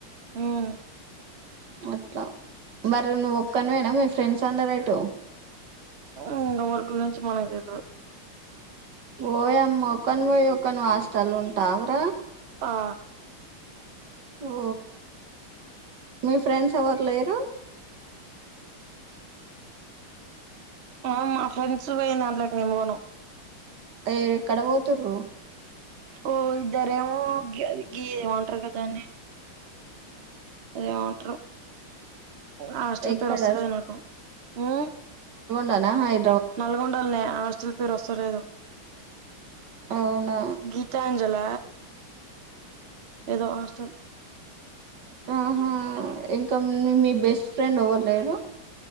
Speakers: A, on the right; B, on the right.
A: ఉమ్
B: అట్లా, మరి నువ్వు ఒక్కని వేనా మీ ఫ్రెండ్స్ అందరు ఎటు
A: ఊ ఎవరి గురించి మనకు తెల్వదు
B: ఓ యమ్మో ఒక్కనీవే పోయి ఒక్కనీవే హాస్టల్ ఉం టావూర
A: ఆ
B: ఓ మీ ఫ్రెండ్స్ ఎవరు లేరు
A: ఆ మా ఫ్రెండ్స్ పోయనా దాంట్లో నేనే పోను
B: ఏ ఎక్కడ పోతున్రు
A: ఓ ఇద్దరేమో గది గి ఏమంటారూగా దాన్నీ అదేమో అంటారు హాస్టల్
B: ఎక్కడ
A: పేరు వస్తలేద నాకు ఉమ్
B: తన హాయ్
A: నల్గొండలనే హాస్టల్ పేరు ఓస్తలేదు
B: అవునా
A: గీతం జల ఏదో హాస్టల్
B: ఆహా ఇంకా మీ మీ బెస్ట్ ఫ్రెండ్ ఎవ్వరు లేరు